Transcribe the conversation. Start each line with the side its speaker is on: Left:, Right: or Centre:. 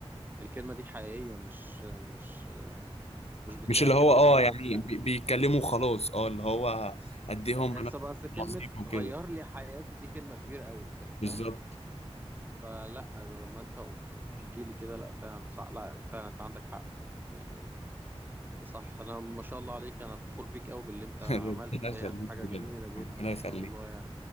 Right: الكلمه دي حقيقيه مش مش مش بتتقال
Left: مش اللي
Right: كده
Left: هو اه
Right: وخلاص
Left: يعني
Right: يعني
Left: بي- بيتكلموا خلاص اه اللي هو قد ايه هم
Right: بس
Left: ناس
Right: بس كلمه
Left: عظيم وكده
Right: غير لي حياتي دي كلمه كبيره قوي انت فاهم
Left: بالظبط
Right: فلا لما انت بتحكي لي كده لا فعلا صح لا فعلا انت عندك حق يعني صح انا ما شاء الله عليك انا فخور بيك قوي باللي انت
Left: <laughs>
Right: عملته
Left: ربنا
Right: ده
Left: يخليك
Right: يعني حاجه
Left: بجد
Right: جميله
Left: ربنا
Right: جدا ما
Left: يخليك
Right: شاء الله يعني